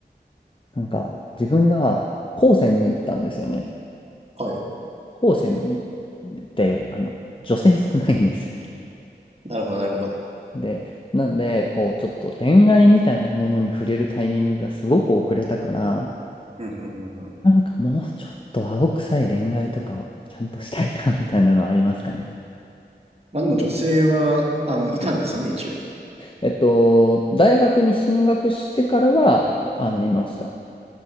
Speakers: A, on the left (about 30°); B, on the right (about 35°).
A: なんか、自分が高専に行ったんですよね。
B: はい。
A: 高専に、で、あの、女性少ないんですよ。
B: なるほど、なるほど。
A: で、なんで、こう、ちょっと恋愛みたいなものに触れるタイミングがすごく遅れたから、
B: うん、うん、うん、うん。
A: なんかもうちょっと青臭い恋愛とかをちゃんとしたいな、<laughs> みたいなのはありますかね。
B: まあでも女性は、あの、いたんですよね、一応。
A: えっと、大学に進学してからは、いあの、いました。